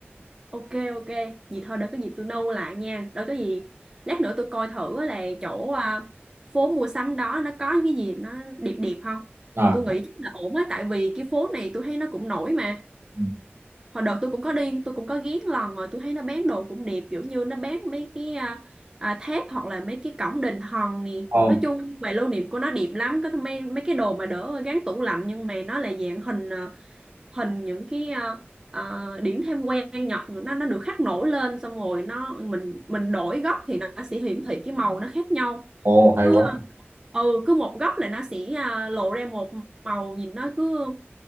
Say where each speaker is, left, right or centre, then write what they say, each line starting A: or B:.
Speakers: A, on the right; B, on the right.
A: Ok ok, vậy thôi để có gì tôi nâu lại nha. Để có gì lát nữa tôi coi thử là chỗ à, phố mua sắm đó nó có những cái gì nó đẹp đẹp không.
B: à
A: Tôi nghĩ chắc là ổn á tại vì cái phố này tôi thấy nó cũng nổi mà.
B: Ừ.
A: Hồi đợt tôi cũng có đi, tôi cũng có ghé lần rồi, tôi thấy nó bán đồ cũng đẹp kiểu như nó bán mấy cái à, à, tháp hoặc là mấy cái cổng đình hòn nè.
B: ồ
A: Nói chung về lưu niệm của nó đẹp lắm, có mấy mấy cái đồ mà đỡ gắn tủ lạnh nhưng mà nó là dạng hình à, hình những cái ờ, ờ, điểm thêm quen nhật nó nó được khắc nổi lên xong rồi nó mình mình đổi góc thì nó sẽ hiển thị cái màu nó khác nhau
B: ồ hay
A: cứ
B: quá
A: ừ cứ một góc là nó sẽ à, lộ ra một màu nhìn nó cứ